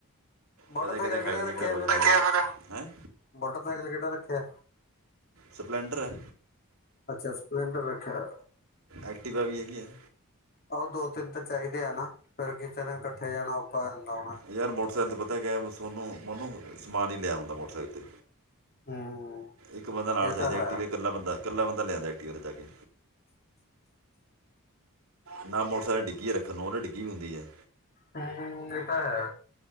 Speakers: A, on the left; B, on the right.
A: ਮੋਟਰਸਾਈਕਲ
B: ਕਦੇ ਕਦੇ ਖਾਈ
A: ਕਿਹੜਾ
B: ਦੀ ਹੈ,
A: ਰੱਖਿਆ
B: ਰੋਜ਼
A: ਫਿਰ
B: ਖਾਈ ਫਿਰ ਹੈ
A: ਮੋਟਰਸਾਈਕਲ ਕਿਹੜਾ ਰੱਖਿਆ?
B: ਸਪਲੈਂਡਰ ਹੈ।
A: ਅੱਛਾ ਸਪਲੈਡਰ ਰਖਿਆ।
B: ਐਕਟਿਵਾ ਵੀ ਹੈਗੀ ਹੈ
A: ਉਹ ਦੋ ਦਿਨ ਤਾਂ ਚਾਹੀਦੇ ਹੈਨਾ ਫਿਰ ਕਿਸ ਜਗ੍ਹਾ ਇਕੱਠੇ ਜਾਣਾ ਹੋ। ਜਾਂਦਾ ਹੋਣਾ
B: ਯਾਰ, ਮੋਟਰਸਾਈਕਲ ਤੇ ਪਤਾ ਕਿਯਾ ਕੋਨੂੰ? ਮੈਨੂੰ ਸਮਾਨ ਨੀ ਲਿਆ ਹੁੰਦਾ ਮੋਟਰਸਾਈਕਲ ਤੇ
A: ਹੂੰ
B: ਇੱਕ ਬੰਦਾ ਨਾਲ
A: ਇਹ
B: ਚਾਹੀਦਾ,
A: ਤਾਂ ਹੈ
B: ਐਕਟੀਵਾ ਤੇ ਕੱਲਾ ਬੰਦਾ ਕੱਲਾ ਬੰਦਾ ਲਿਆਂਦਾ। ਜਾ ਕੇ, ਨਾ ਮੋਟਰਸਾਈਕਲ ਡਿੱਗੀ ਰੱਖਣ ਨੂੰ ਉਹ ਤੇ ਡਿੱਗੀ ਵੀ ਹੁੰਦੀ ਹੈ।
A: ਹਾਂ ਇਹ ਤਾਂ ਹੈ।